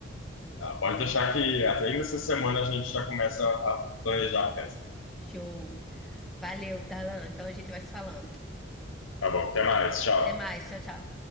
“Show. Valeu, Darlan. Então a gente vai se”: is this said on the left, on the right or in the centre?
Centre